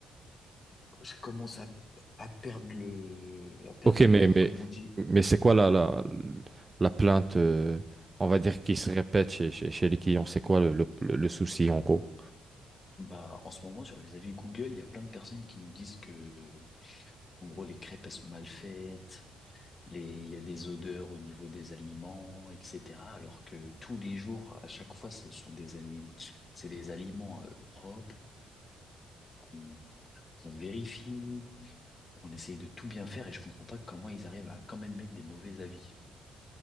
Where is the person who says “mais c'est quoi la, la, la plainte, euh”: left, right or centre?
Right